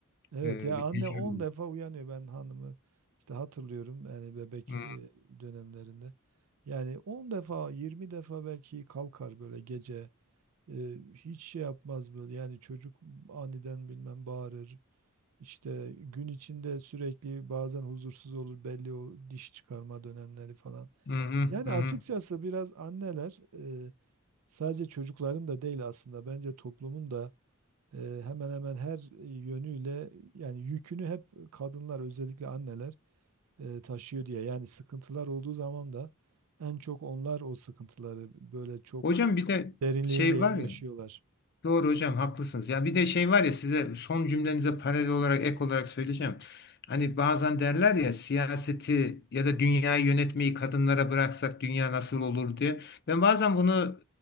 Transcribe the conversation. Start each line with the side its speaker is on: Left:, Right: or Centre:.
Right: Evet
Left: E,
Right: ya
Left: bir
Right: anne
Left: tecrübe.
Right: 10 defa uyanıyor ben hanımı işte hatırlıyorum yani bebek
Left: Hı
Right: e, dönemlerinde. Yani on defa yirmi defa belki kalkar böyle gece E, hiç şey yapmaz böyle yani çocuk aniden bilmem bağırır. İşte gün içinde sürekli bazen huzursuz olur belli o diş çıkarma dönemleri falan.
Left: hı hı.
Right: Yani
Left: hı.
Right: açıkçası biraz anneler e, sadece çocukların da değil aslında bence toplumun da e, hemen hemen her yönüyle yani yükünü hep kadınlar özellikle anneler e, taşıyor diye. Yani sıkıntılar olduğu zaman da en çok onlar o sıkıntıları böyle çok
Left: Hocam bir de
Right: derinliğiyle
Left: şey
Right: yaşıyorlar.
Left: var ya Doğru hocam haklısınız. Ya bir de şey var ya size son cümlenize paralel olarak ek olarak söyleyeceğim. Hani bazen derler ya siyaseti ya da dünyayı yönetmeyi kadınlara bıraksak dünya nasıl olur diye. Ben bazen bunu